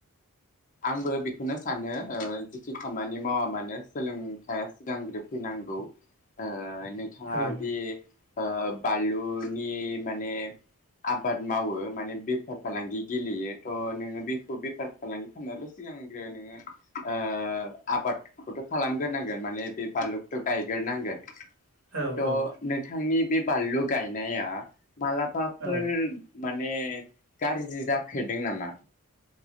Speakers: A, on the left; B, on the right.
A: आंबो बिख बेखौनो सानो ओ जिखि खामानि मावा मानो सोलोंथाइया सिगांग्रो फैनांगौ ओ नोंथाङादि
B: औ
A: ओ बालुनि माने आबाद मावो माने बेफार फालांगि गेलेयो थ' नोङो बेखौ बेफर बेफार फालांगि खामनायाथ' सिगांग्रो नोङो ओ आबादखौथ' खालामग्रोनांगोन माने बे बानलुखौथ' गायगोरनांगोन।
B: औ औ
A: थ' नोंथांनि बे बानलु गायनाया मालाबाफोर
B: औ
A: माने गारजि जाफ फेेरदों नामा?